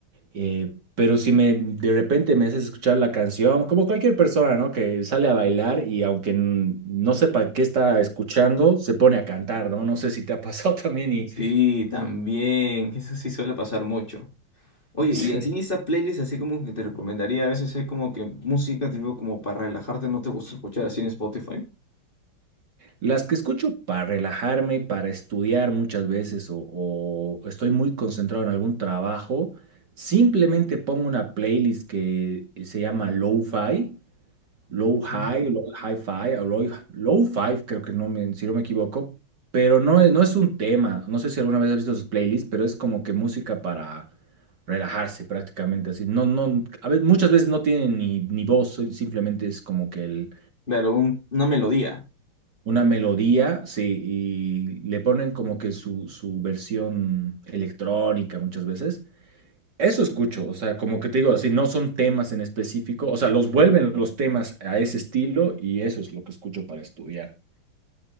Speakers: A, on the right; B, on the left.
A: Eh, pero si me de repente me haces escuchar la canción, como cualquier persona, ¿no? Que sale a bailar y aunque n- no sepa qué está escuchando, se pone a cantar, ¿no? No sé si te ha pasado <laughs> también y
B: Sí, también, eso sí suele pasar mucho. Oye,
A: sí.
B: y así esta playlist, así como que te recomendaría, a veces hay como que música, tipo como para relajarte, ¿no te gusta escuchar así en Spotify?
A: Las que escucho para relajarme, para estudiar muchas veces o, o estoy muy concentrado en algún trabajo, simplemente pongo una playlist que se llama Lo-Fi Low
B: Ujú.
A: High, Low High Five, o Low, Low Five, creo que no me, si no me equivoco, pero no es, no es un tema. No sé si alguna vez has visto sus playlists, pero es como que música para relajarse prácticamente así. No, no, a veces, muchas veces no tienen ni, ni voz, soy- simplemente es como que el-
B: Claro, un- una melodía.
A: una melodía, sí, y le ponen como que su, su versión electrónica muchas veces. Eso escucho, o sea, como que te digo, así no son temas en específico, o sea, los vuelven los temas a ese estilo y eso es lo que escucho para estudiar.